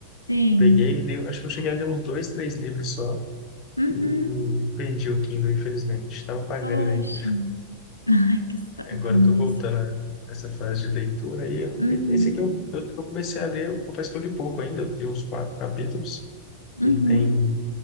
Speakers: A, on the left; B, on the left.
A: Sim.
B: peguei, e li, acho que eu cheguei a ler uns dois, três livros só
A: Uhum.
B: e perdi o Kindle, infelizmente. Estava pagando
A: Poxa.
B: ele
A: <laughs> Ai, que saco,
B: Agora
A: Maurício.
B: eu tô voltando a essa fase de leitura aí. ó.
A: Uhum.
B: E- Esse aqui eu, eu, eu comecei a ler, eu confesso que eu li pouco ainda, eu li uns quatro capítulos,
A: Uhum.
B: ele tem